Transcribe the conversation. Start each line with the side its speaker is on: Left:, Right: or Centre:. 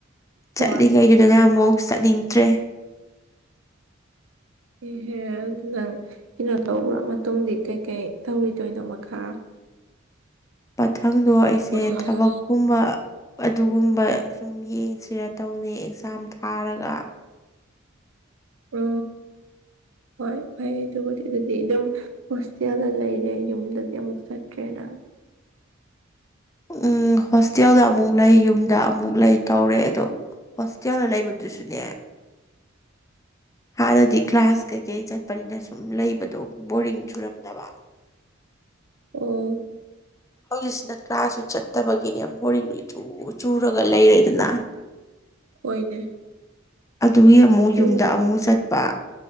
Left: ꯆꯠꯂꯤꯉꯩꯗꯨꯗꯅ
Right: ꯍꯣꯏ
Left: ꯑꯃꯨꯛ ꯆꯠꯅꯤꯡꯗ꯭ꯔꯦ
Right: ꯑꯦꯍꯦꯍ ꯑꯗꯨ ꯅꯪ ꯀꯩꯅꯣ ꯇꯧꯕ꯭ꯔꯥ ꯃꯇꯨꯡꯗꯤ ꯀꯩꯀꯩ ꯇꯧꯔꯤꯗꯣꯏꯅꯣ ꯃꯈꯥ
Left: ꯃꯊꯪꯗꯣ ꯑꯩꯁꯦ
Right: ꯂꯣꯏꯔꯒ
Left: ꯊꯕꯛꯀꯨꯝꯕ ꯑꯗꯨꯒꯨꯝꯕ ꯁꯨꯝ ꯌꯦꯡꯁꯤꯔ ꯇꯧꯅꯤ ꯑꯦꯛꯖꯥꯝ ꯊꯥꯔꯒ
Right: ꯎ ꯍꯣꯏ ꯐꯩ ꯑꯗꯨꯕꯨꯗꯤ ꯑꯗꯨꯗꯤ ꯑꯗꯨꯝ ꯍꯣꯁꯇꯦꯜꯗ ꯂꯩꯔꯦ ꯌꯨꯝꯗꯗꯤ ꯑꯃꯨꯛ ꯆꯠꯇ꯭ꯔꯦꯅ
Left: ꯎꯝ ꯍꯣꯁꯇꯦꯜꯗ ꯑꯃꯨꯛ ꯂꯩ ꯌꯨꯝꯗ ꯑꯃꯨꯛ ꯂꯩ ꯇꯧꯔꯦ ꯑꯗꯣ ꯍꯣꯁꯇꯦꯜ ꯂ ꯂꯩꯕꯨꯗꯨꯁꯨꯅꯦ ꯍꯥꯟꯅꯗꯤ ꯀ꯭ꯂꯥꯁ ꯀꯩꯀꯩ ꯆꯠꯄꯅꯤꯅ ꯁꯨꯝ ꯂꯩꯕꯗꯣ ꯕꯣꯔꯤꯡ ꯆꯨꯔꯝꯗꯕ
Right: ꯑꯣ
Left: ꯍꯧꯖꯤꯛꯁꯤꯅ ꯀ꯭ꯂꯥꯁꯁꯨ ꯆꯠꯇꯕꯒꯤꯅꯦ ꯕꯣꯔꯤꯡ ꯏꯆꯨ ꯆꯨꯔꯒ ꯂꯩꯔꯦꯗꯅ <inaudible>
Right: ꯍꯣꯏꯅꯦ
Left: ꯑꯗꯨꯒꯤ ꯑꯃꯨꯛ
Right: ꯆꯨꯝꯕꯅꯦ
Left: ꯌꯨꯝꯗ ꯑꯃꯨꯛ ꯆꯠꯄ